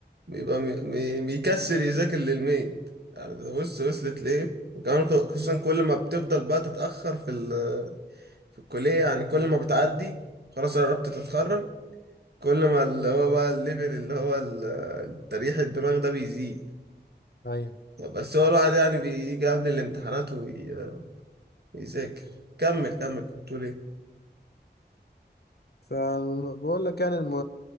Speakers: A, on the right (about 65°); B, on the left (about 60°).
A: بيبقى مي... مي... بيكسل يذاكر للميد يعني ده بص وصلت لإيه وكمان خصوصا كل ما بتفضل بقى تتأخر في ال... في الكلية يعني كل ما بتعدي خلاص قربت تتخرج كل ما اللي هو بقى الليفل اللي هو ال- تريح الدماغ ده بيزيد
B: أيوة
A: بس هو الواحد يعني بيجي قبل الامتحانات وي- ويذاكر كمل كمل كنت بتقول ايه
B: فبقول لك يعني الم-